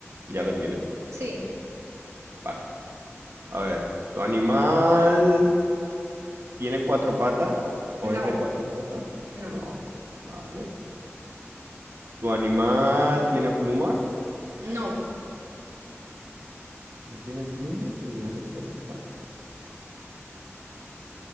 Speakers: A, on the right; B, on the right.
A: ¿Ya lo tienes?
B: Sí.
A: Vale. A ver, ¿tu animal tiene cuatro patas o
B: No.
A: es de cuatro patas?
B: No.
A: No, vale. ¿Tu animal tiene plumas?
B: No.
A: No tiene plumas y no es de cuatro patas.